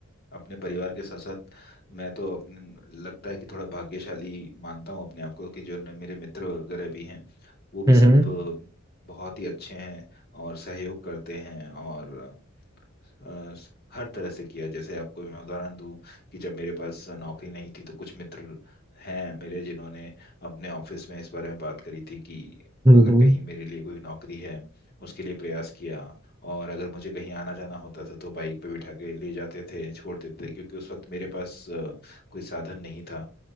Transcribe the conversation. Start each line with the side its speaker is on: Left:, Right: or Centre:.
Left: अपने परिवार के साथ साथ मैं तो अपने लगता है कि थोड़ा भाग्यशाली मानता हूँ अपने आप को कि जो न- मेरे मित्र वगैरह भी हैं वो भी
Right: हम्म
Left: सब
Right: हम्म
Left: अ, बहुत ही अच्छे हैं और सहयोग करते हैं और अ, हर तरह से किया जैसे आपको मैं उदाहरण दूं कि जब मेरे पास नौकरी नहीं थी तो कुछ मित्र हैं मेरे जिन्होंने अपने ऑफिस में इस बारे में बात करी थी कि
Right: हम्म
Left: अगर
Right: हम्म।
Left: कहीं मेरे लिए कोई नौकरी है उसके लिए प्रयास किया और अगर मुझे कहीं आना जाना होता था तो बाइक पे बिठा के ले जाते थे छोड़ देते थे क्योंकि उस वक्त मेरे पास अ, कोई साधन नहीं था